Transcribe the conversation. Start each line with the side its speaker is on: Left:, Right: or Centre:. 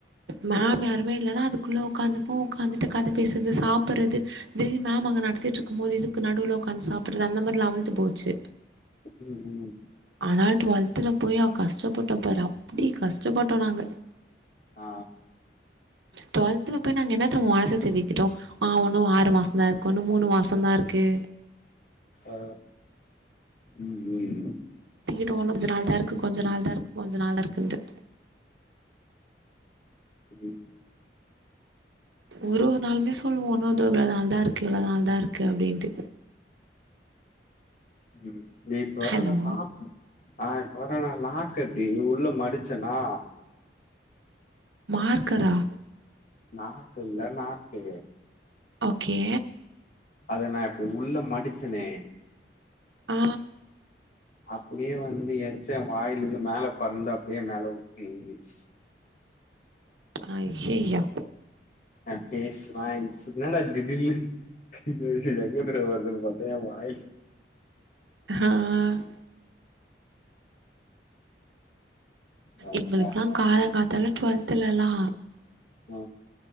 Right: மேம் யாருமே இல்லன்னா அதுக்குள்ள உட்காந்துப்போ உட்காந்துட்டு கத பேசறது சாப்பறது திடீர் மேம் அங்க நடத்திட்டு இருக்கும் போது இதுக்கு நடுவுல உட்காந்து சாப்பறது அந்த மாரி லெவல்த்து போச்சு
Left: ம் ம்
Right: ஆனால் டுவெல்த்துல போய் அ கஷ்டப்பட்டோ பாரு அப்டி கஷ்டப்பட்டோ நாங்க
Left: ஆ
Right: டுவெல்த்தில போய் நாங்க என்ன தெர்மா மனச தேத்திகிட்டோ ஆ உன்னு ஆறு மாஸ் தா இருக்கு இன்னு மூணு மாச தா இருக்கு
Left: ஆ ம் ம்
Right: தீரு உன்னு கொஞ்ச நாள் தா இருக்கு கொஞ்ச நாள் தா இருக்கு கொஞ்ச நாள் இருக்குன்டு
Left: ம்
Right: ஒரு ஒரு நாளுமே சொல்லுவோ இன்னு இதோ இவ்ளோ நாள் தா இருக்கு இவ்ளோ நாள் தா இருக்கு அப்டின்ட்டு
Left: ம் வெயிட் வரன
Right: ஹலோ
Left: நாக் ஆ இப்ப வர்ரனா நாக்க இப்டி உள்ள மடிச்சேனா
Right: மார்கரா
Left: நாக்கு இல்ல நாக்கு
Right: ஓகே
Left: அத நா இப்டி உள்ள மடிச்சனே
Right: ஆ
Left: அப்டியே வந்து எச்ச ஏ வாயில இருந்து மேல பல்லுல அப்டியே மேல ஊத்தி விழுந்துச்சி
Right: அய்யயோ
Left: ஆ எஸ் மைன்ஸ் என்னடா திடீர்ன்னு இங்க எங்க இருந்துடா வருதுன்னு பாத்தா ஏ வாய்ஸ்
Right: ஆ
Left: ஆ,
Right: எங்களுக்குல்லா
Left: ஆ,
Right: காலாங்காத்தால டுவெல்தலல்லா
Left: ஆ